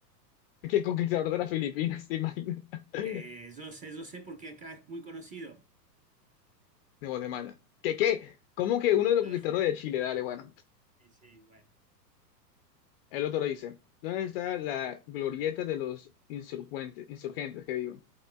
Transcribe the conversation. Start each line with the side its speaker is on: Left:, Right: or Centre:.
Left: ¿Qué conquistador de las Filipinas, te imaginas? <laughs>
Right: Eh, yo sé, yo sé porque acá es muy conocido.
Left: De Guatemala. ¿Qué, qué? ¿Cómo que uno de los
Right: Ah,
Left: conquistadores de Chile? Dale, bueno.
Right: Y Sí, bueno.
Left: El otro dice, ¿dónde está la glorieta de los insurgentes? Insurgentes, qué digo.